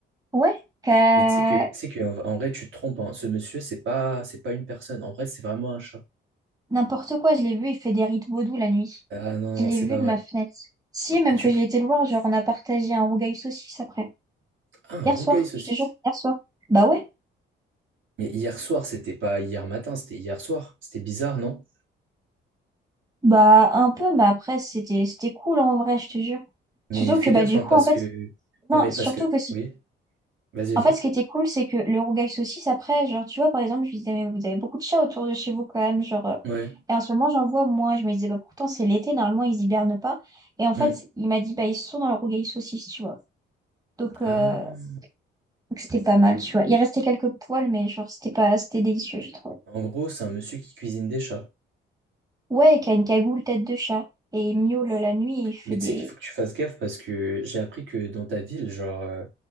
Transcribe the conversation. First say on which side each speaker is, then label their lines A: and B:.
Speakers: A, on the right; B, on the right.
A: ouais, Euh,
B: Mais tu sais que, tu sais que, en, en vrai, tu te trompes. hein. Ce monsieur, c'est pas, c'est pas une personne. En vrai, c'est vraiment un chat.
A: n'importe quoi, je l'ai vu, il fait des rites vaudou la nuit.
B: Ah non, non,
A: Je l'ai
B: c'est
A: vu
B: pas
A: de
B: vrai.
A: ma fenêtre. Si,
B: Et,
A: même
B: et tu
A: que j'ai
B: peux-
A: été le voir, genre on a partagé un rougail saucisse après.
B: Ah, un
A: Hier
B: rougail
A: soir,
B: saucisse.
A: je te jure, hier soir. Bah ouais,
B: Mais hier soir, c'était pas hier matin, c'était hier soir. C'était bizarre, non?
A: bah un peu, mais après c'était c'était cool en vrai, je te jure.
B: Mais
A: Surtout
B: fais
A: que bah
B: gaffe,
A: du
B: hein,
A: coup
B: parce
A: en fait,
B: que.
A: non,
B: Non, mais
A: surtout
B: parce que.
A: que si
B: Oui. Vas-y,
A: En
B: vas-y.
A: fait, ce qui était cool, c'est que le rougail saucisse, après, genre, tu vois, par exemple, je lui disais, mais vous avez beaucoup de chats autour de chez vous quand même, genre. euh,
B: Ouais.
A: Et en ce moment, j'en vois moins. Je me disais, bah pourtant, c'est l'été, normalement, ils hibernent pas. Et en fait,
B: Hmm.
A: il m'a dit, bah, ils sont dans le rougail saucisse, tu vois. Donc, euh,
B: Ah.
A: donc c'était pas mal, tu vois. Il restait quelques poils, mais genre, c'était pas, c'était délicieux, j'ai trouvé.
B: En gros, c'est un monsieur qui cuisine des chats.
A: Ouais, et qui a une cagoule tête de chat. Et il miaule la nuit, et il fait
B: Mais
A: des.
B: tu sais qu'il faut que tu fasses gaffe parce que j'ai appris que dans ta ville, genre, euh,